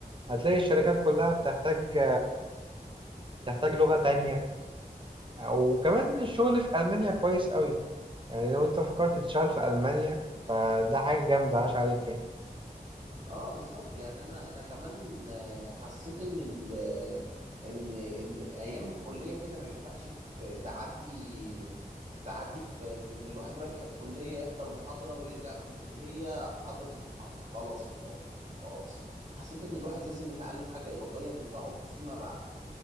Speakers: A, on the right; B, on the right.
A: هتلاقي الشركات كلها بتحتاج بتحتاج لغة تانية وكمان الشغل في ألمانيا كويس قوي يعني لو انت فكرت تشتغل في ألمانيا فده حاجة جامدة عاش عليك يعني
B: اه بالظبط يعني انا انا كمان آه، حسيت ان ال آه، ان ان ايام الكليه كده ما ينفعش ت- تعدي تعدي في في ان الواحد رايح الكليه يحضر محاضره ويرجع من الكليه حاضر المحاضره خلاص كده خلاص حسيت ان الواحد لازم يتعلم حاجه اضافيه تنفعه فيما بعد